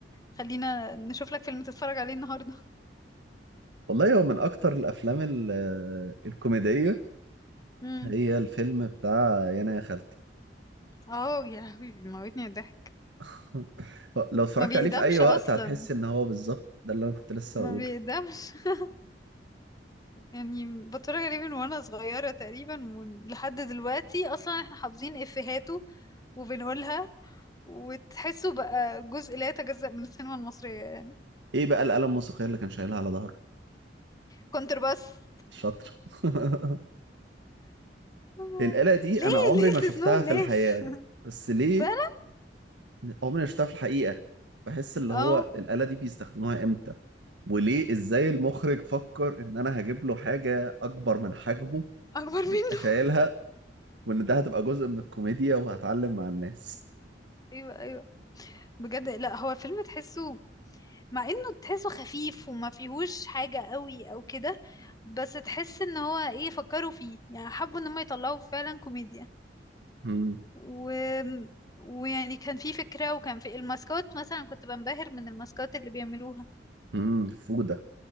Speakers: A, on the left; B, on the right.
A: خلينا نشوف لك فيلم تتفرج عليه النهارده
B: والله هو من اكتر الافلام ال- الكوميديه
A: امم
B: هي الفيلم بتاع يانا يا خالتي
A: اه يا لهوي بيموتني الضحك
B: <laughs> لو اتفرجت
A: ما بيقدمش
B: عليه في اي وقت
A: اصلا
B: هتحس ان هو بالظبط ده اللي انا كنت لسه
A: ما
B: هقوله
A: بيقدمش <laughs> يعني بتفرج عليه من وانا صغيرة تقريبا و- لحد دلوقتي اصلا احنا حافظين افيهاته وبنقولها وتحسه بقى جزء لا يتجزأ من السينما المصرية يعني
B: ايه بقى الآلة الموسيقية اللي كان شايلها على ظهره
A: كونترباس
B: الشطر <laughs>
A: <laughs>
B: الآلة دي
A: ليه
B: انا عمري
A: ليه
B: ما شفتها
A: تزنون الناس
B: في الحياة يعني.
A: <laughs>
B: بس ليه
A: فعلا
B: عمري ما شفتها في الحقيقة بحس اللي
A: اه
B: هو الآلة دي بيستخدموها امتى وليه ازاي المخرج فكر ان انا هجيب له حاجة اكبر من حجمه
A: اكبر منه
B: يبقى شايلها وان ده هتبقى جزء من الكوميديا وهتعلم مع الناس
A: <laughs> ايوه ايوه بجد لا هو فيلم تحسه مع انه تحسه خفيف وما فيهوش حاجة قوي او كده بس تحس ان هو ايه فكروا فيه يعني حبوا ان هم يطلعوا فعلا كوميديا
B: امم
A: و... ويعني كان في فكرة وكان في الماسكات مثلا كنت بنبهر من الماسكات اللي بيعملوها
B: امم فودة